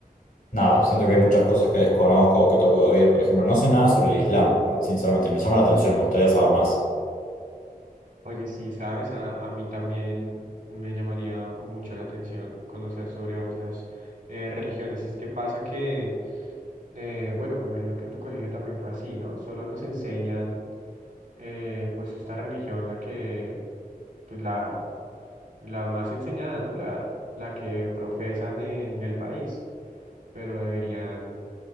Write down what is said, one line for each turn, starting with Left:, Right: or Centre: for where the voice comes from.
Left: nada, siento que hay muchas cosas que desconozco o que toco de oído, por ejemplo, no sé nada sobre el Islam, sinceramente, y me llama la atención, me gustaría saber más.
Right: Oye, sí, sabes, a, a mí también me llamaría mucho la atención conocer sobre otras eh, religiones. Es que pasa que, eh, bueno, me imagino que en tu colegio también fue así, ¿no? Solo nos enseñan. eh, pues esta religión la que, pues la, la más enseñada, ¿no? La, la que profesan en el país, pero deberían,